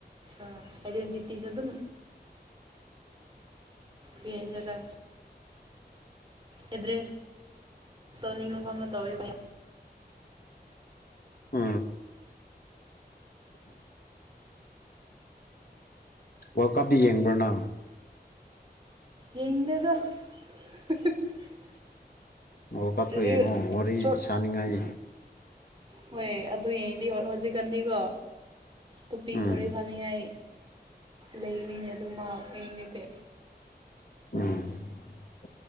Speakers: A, on the right; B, on the left.
A: ꯑ ꯍꯥꯏꯗꯤꯇꯤꯁ ꯑꯗꯨꯝ ꯀ ꯂ ꯑꯦꯗ꯭ꯔꯦꯁ ꯇꯧꯅꯤꯡꯕ ꯃꯐꯝꯗ ꯇꯧꯋꯦꯕ
B: ꯎꯥ ꯋꯥꯔꯜ ꯀꯞꯇ ꯌꯦꯡꯕ꯭ꯔꯅ
A: ꯌꯦꯡꯗꯦꯗ <unintelligible> <inaudible>
B: ꯑꯣ ꯀꯥꯞꯁꯨ
A: ꯔꯤꯜ
B: ꯌꯦꯡꯉꯣ ꯋꯥꯔꯤ
A: ꯁꯣꯔꯠ
B: ꯁꯥꯅꯤꯡꯉꯥꯏ
A: ꯍꯣꯏ ꯑꯗꯨ ꯌꯦꯡꯉꯗꯤ ꯍꯧꯖꯤꯛꯀꯥꯟꯗꯤꯀꯣ ꯇꯨꯄꯤ
B: ꯎꯝ
A: ꯑꯣꯔꯤ ꯁꯥꯅꯤꯡꯉꯥꯏ ꯂꯩꯅꯤꯅꯦ ꯑꯗꯨ ꯃꯥ ꯑꯩꯩꯅꯗꯤ
B: ꯎꯝ